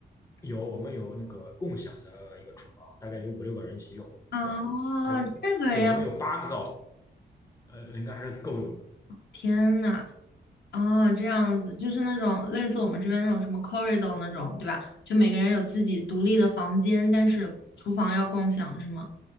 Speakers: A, on the left (about 20°); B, on the left (about 70°).
A: 有，我们有那个共享的一个厨房，大概有五六个人一起用，
B: 啊，
A: 这样，大概，
B: 这个呀，
A: 对，我们有八个灶头，呃，应该还是够用的。
B: 天呐，哦，这样子，就是那种类似我们这边那种什么 corridor 那种，对吧？就每个人有自己独立的房间，但是厨房要共享，是吗？